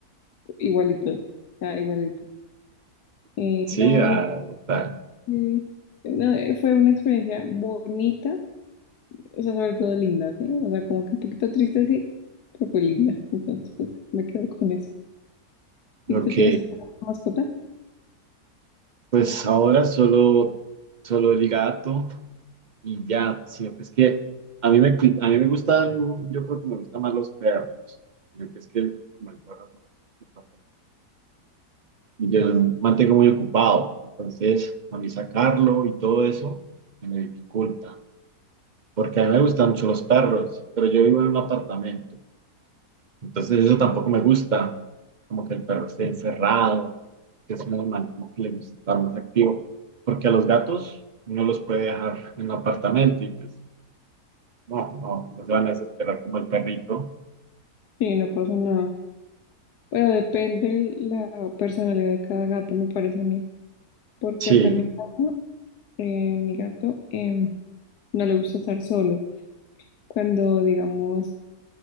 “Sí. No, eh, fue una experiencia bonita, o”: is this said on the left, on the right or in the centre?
Left